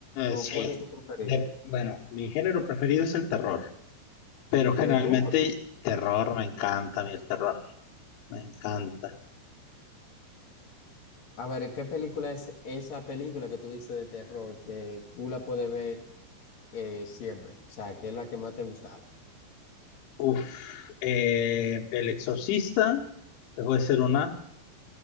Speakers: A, on the left; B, on the left.
A: ¿O
B: sí.
A: cuál es tu preferida?
B: De- bueno, mi género preferido es el terror, pero generalmente
A: Terror.
B: terror me encanta, a mí el terror, me encanta.
A: A ver, ¿qué película es esa película que tú dices de terror que tú la puedes ver eh, siempre? O sea, ¿qué es la que más te ha gustado?
B: Uf, eh, El Exorcista puede ser una,